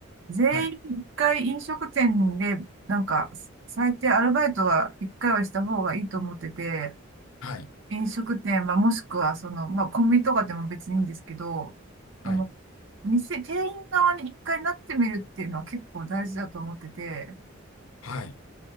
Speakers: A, on the right; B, on the left.
A: 全員一回飲食店で、
B: はい。
A: なんか、最低アルバイトは一回はした方がいいと思ってて、
B: はい。
A: 飲食店はもしくは、その、まあ、コンビニとかでも別にいいんですけど、その、
B: はい。
A: 店、店員側に一回なってみるっていうのは結構大事だと思ってて、
B: はい。